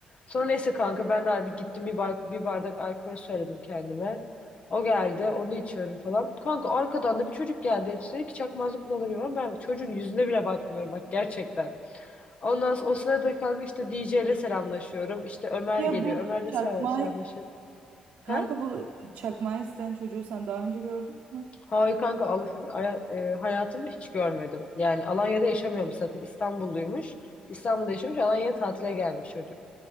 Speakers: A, on the left (about 50°); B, on the right (about 70°).
A: Sonra neyse kanka ben de abi gittim bir, bay- bir bardak alkol söyledim kendime. O geldi onu içiyorum falan. Kanka arkadan da bir çocuk geldi. İşte dedi ki çakmazı kullanamıyorum. Ben çocuğun yüzüne bile bakmıyorum bak gerçekten. Ondan sonra o sırada kanka işte DJ ile selamlaşıyorum. İşte Ömer
B: Ya
A: geliyor.
B: bu
A: Ömer'le
B: çakmağı
A: sel- selamlaşıyorum.
B: kanka
A: He?
B: bu çakmağı isteyen çocuğu sen daha önce gördün mü?
A: Hayır kanka Al aya- e, hayatımı hiç görmedim. Yani Alanya'da yaşamıyormuş zaten. İstanbulluymuş. İstanbul'da yaşamış. Alanya'ya tatile gelmiş çocuk.